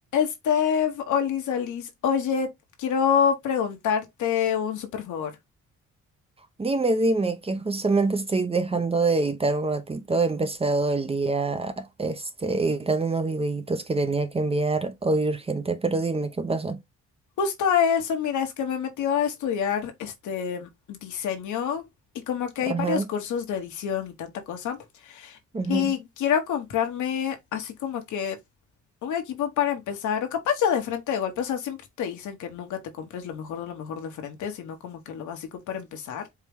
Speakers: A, on the left; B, on the right.
A: Steph, Olis, Olis, oye, quiero preguntarte un súper favor.
B: Dime, dime, que justamente estoy dejando de editar un ratito. He empezado el día, este, editando unos videitos que tenía que enviar hoy urgente, pero dime, ¿qué pasó?
A: Justo eso, mira, es que me he metido a estudiar este diseño y como que
B: Ajá,
A: hay varios cursos de edición y tanta cosa.
B: ajá,
A: Y quiero comprarme así como que Un equipo para empezar, o capaz ya de frente de golpe, o sea, siempre te dicen que nunca te compres lo mejor de lo mejor de frente, sino como que lo básico para empezar.